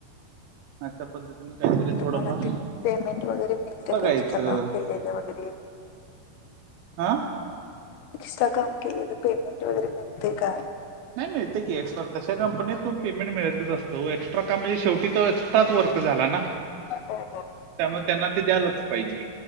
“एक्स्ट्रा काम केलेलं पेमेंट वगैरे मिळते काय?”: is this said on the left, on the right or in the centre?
Left